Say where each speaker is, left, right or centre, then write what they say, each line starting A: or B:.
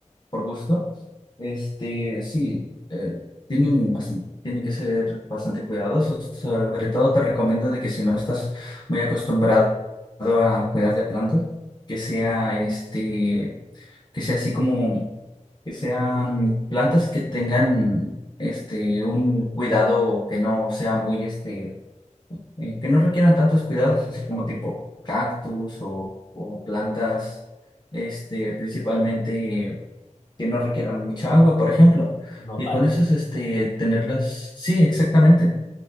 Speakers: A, on the left; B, on the left.
A: por gusto. Este, sí, eh, tienen bastante, tienen que ser bastante cuidadosos. Sobre todo te recomiendo de que si no estás muy acostumbrado a cuidar de plantas, que sea este que sea así como, que sean plantas que tengan este un cuidado que no sea muy este, eh, que no requieran tantos cuidados, así como
B: Bueno,
A: tipo cactus o, o plantas, este, principalmente que no requieran mucha agua, por ejemplo.
B: no
A: Y
B: para.
A: con eso este tenerlas, sí, exactamente